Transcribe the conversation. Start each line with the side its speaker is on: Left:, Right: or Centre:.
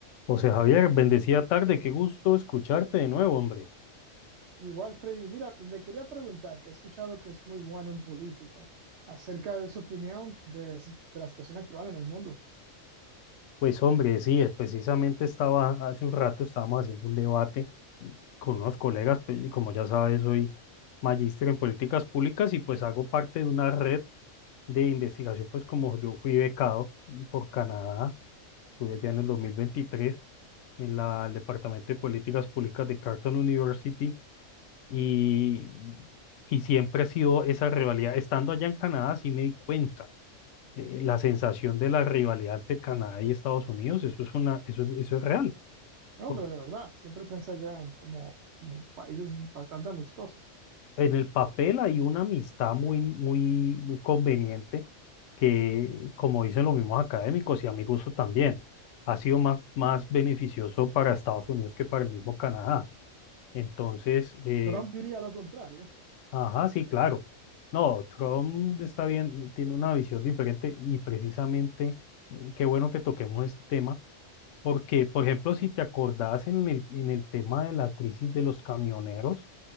Left: José Javier, bendecida tarde, qué gusto escucharte de nuevo, hombre.
Right: Igual, Freddy, mira, le quería preguntar, que he escuchado que es muy bueno en política, acerca de su opinión de, si- de la situación actual en el mundo.
Left: Pues hombre, sí, es- precisamente estaba, hace un rato estábamos haciendo un debate con unos colegas, pe- y como ya sabes, soy magíster en políticas públicas y pues hago parte de una red de investigación, pues como yo fui becado por Canadá, estuve allá en el 2023 en la, el Departamento de Políticas Públicas de Carleton University y, y siempre ha sido esa rivalidad. Estando allá en Canadá, sí me di cuenta de la sensación de la rivalidad de Canadá y Estados Unidos, eso es una, eso, eso es real.
Right: No,
Left: Por-
Right: Hombre, de verdad, siempre pensé que eran como, como países bastante amistosos.
Left: En el papel hay una amistad muy, muy, muy conveniente que, como dicen los mismos académicos y a mi gusto también, ha sido más, más beneficioso para Estados Unidos que para el mismo Canadá. Entonces, eh,
Right: Trump diría lo contrario,
Left: ajá, sí, claro. No, Trump está bien, tiene una visión diferente y precisamente, eh, qué bueno que toquemos este tema Porque, por ejemplo, si te acordás en el, en el tema de la crisis de los camioneros,